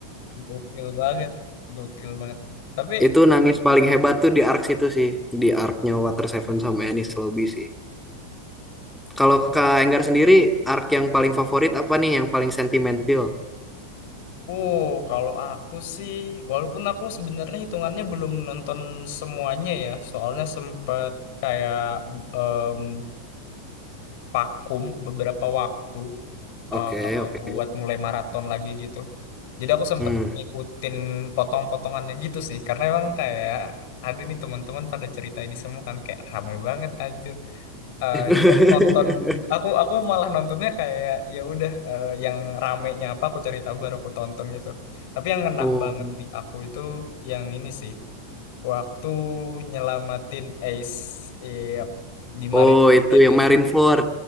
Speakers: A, on the left; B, in the centre.
A: Gokil banget. Gokil banget. Tapi,
B: Itu nangis paling hebat tuh di arc situ sih. Di arc-nya Water Seven sama Ennis Lobby sih. Kalau Kak Enggar sendiri, arc yang paling favorit apa nih? Yang paling sentimental?
A: uh, kalau aku sih, walaupun aku sebenarnya hitungannya belum nonton semuanya ya, soalnya sempet kayak em, vakum beberapa waktu.
B: Oke,
A: eh,
B: oke.
A: buat mulai maraton lagi gitu. Jadi aku sempet
B: Hmm.
A: ngikutin potong-potongannya gitu sih, karena emang kayak ada nih teman-teman pada cerita ini semua kan kayak ramai banget anjir. Eh,
B: <laughs>
A: jadi aku nonton, aku aku malah nontonnya kayak ya udah eh, yang ramenya apa aku cari tahu baru aku tonton gitu. Tapi yang ngena
B: Oh,
A: banget di aku itu yang ini sih waktu nyelamatin Ace eh, di Marineford
B: oh itu
A: itu
B: yang Marineford.
A: sih